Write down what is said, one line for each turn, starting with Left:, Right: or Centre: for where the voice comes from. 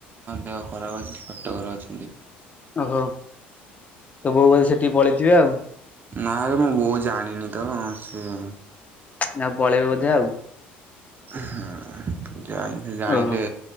Right: ଦେହ ଖରାପ ଅଛି ସେ କଟକ ରେ ଅଛନ୍ତି।
Left: ଓ ହୋ ତୋ ବୋଉ ବୋଧେ ସେଠିକି ପଳେଇଥିବେ ଆଉ।
Right: ନାବେ ମୋ ବୋଉ ଜାଣିନି ତ ସିଏ
Left: ନା ପଳେଇବେ ବୋଧେ ଆଉ
Right: ହଁ ଜା ହେଲେ ସେ ଜାଣିଲେ
Left: ଓହୋ